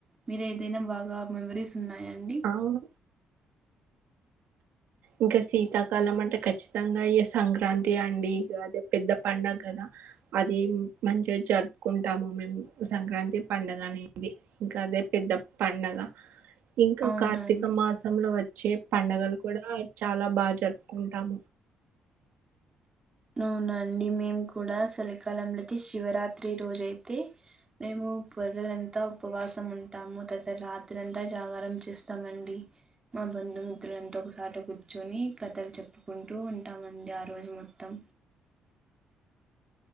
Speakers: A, on the right; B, on the right.
A: మీరు ఏదైనా బాగా మెమరీస్ ఉన్నాయండి?
B: అవును ఇంకా శీతాకాలం అంటే ఖచ్చితంగా ఇ సంక్రాంతి అండి ఇక అదే పెద్ద పండుగ కదా అది మంచిగా జరుపుకుంటాము మేం సంక్రాంతి పండగ అనేది ఇంకా అదే పెద్ద పండగ, ఇంకా
A: అవునా
B: కార్తీక
A: అండి
B: మాసంలో వచ్చే పండగలు కూడా చాల బా జరుపుకుంటాం.
A: అవునండి మేం కూడా చలికాలంలోతే శివరా రాత్రి రోజయితే మేము పగలంతా ఉపవాసం ఉంటాము తర్త రాత్రాంత జ జాకారం చేస్తామండి. మా బంధుమిత్రులంత ఒకసాట కూర్చొని కథలు చెప్పుకుంటు ఉంటామండి ఆ రోజు మొత్తం